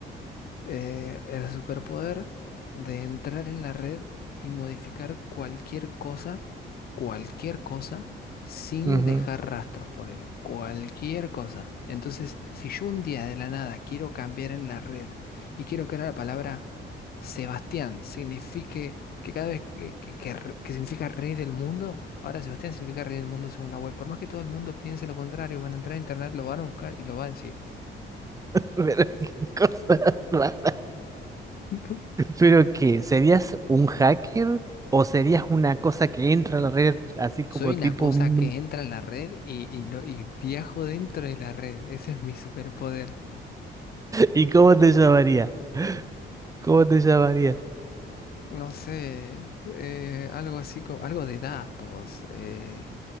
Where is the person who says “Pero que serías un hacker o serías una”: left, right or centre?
Right